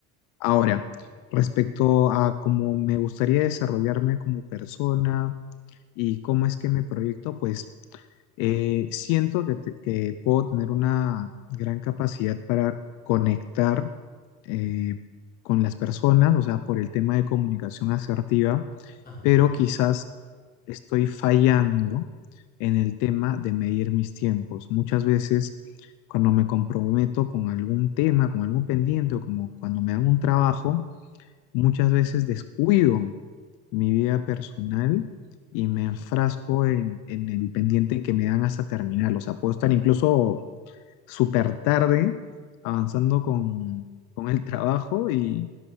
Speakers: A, on the left; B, on the left.
A: Ahora,
B: ok.
A: respecto a cómo me gustaría desarrollarme como persona y cómo es que me proyecto, pues eh, siento que, te- que puedo tener una gran capacidad para conectar eh, con las personas, o sea, por el tema de comunicación asertiva
B: Ajá.
A: pero quizás estoy fallando en el tema de medir mis tiempos. Muchas veces cuando me comprometo con algún tema, con algún pendiente, o como cuando me hago un trabajo, muchas veces descuido mi vida personal y
B: Mm,
A: me enfrasco en, en el pendiente que me dan
B: sí.
A: hasta terminarlo. O sea, puedo estar incluso súper tarde, avanzando con, con el trabajo y,